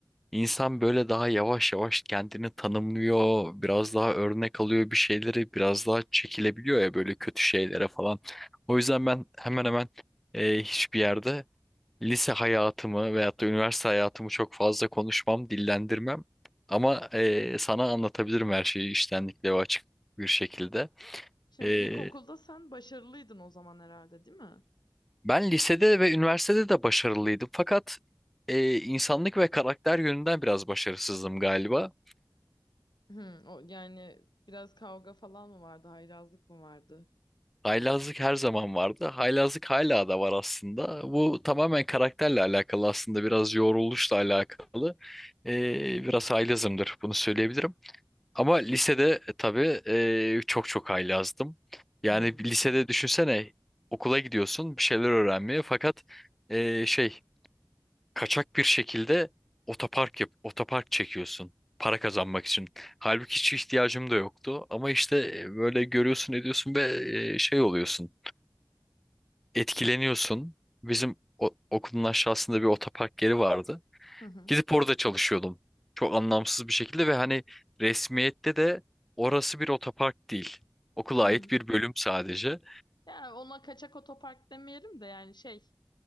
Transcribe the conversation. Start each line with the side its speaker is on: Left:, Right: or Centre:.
Centre: insan böyle daha yavaş yavaş kendini tanımlıyor. Biraz daha örnek alıyor bir şeyleri. Biraz daha çekilebiliyor ya böyle kötü şeylere falan. O yüzden ben hemen hemen e, hiçbir yerde lise hayatımı veyahut da üniversite hayatımı çok fazla konuşmam, dillendirmem. Ama eee, sana anlatabilirim her şeyi içtenlikle ve açık bir şekilde.
Left: Şimdi
Centre: Eee,
Left: ilkokulda sen başarılıydın o zaman herhalde değil mi?
Centre: ben lisede ve üniversitede de başarılıydım. Fakat eee, insanlık ve karakter yönünden biraz başarısızdım galiba.
Left: Hı, o, yani biraz kavga falan mı vardı? Haylazlık mı vardı?
Centre: Haylazlık her zaman vardı. Haylazlık hala da var aslında. Bu tamamen karakterle alakalı aslında biraz yoruluşla alakalı. Eee, biraz haylazımdır bunu söyleyebilirim. Ama lisede e, tabii e, çok çok haylazdım. Yani
Left: Hı.
Centre: bir lisede düşünsene okula gidiyorsun bir şeyler öğrenmeye fakat e, şey kaçak bir şekilde otopark yap otopark çekiyorsun para kazanmak için. Halbuki hiç ihtiyacım da yoktu ama işte e, böyle görüyorsun ediyorsun ve e, şey oluyorsun etkileniyorsun. Bizim o- okulun aşağısında bir otopark yeri vardı.
Left: <laughs>
Centre: Gidip orada çalışıyordum. Çok anlamsız bir şekilde ve hani resmiyette de orası bir otopark değil. Okula
Left: Hı
Centre: ait
Left: hı.
Centre: bir bölüm sadece.
Left: Yani ona kaçak otopark demeyelim de yani şey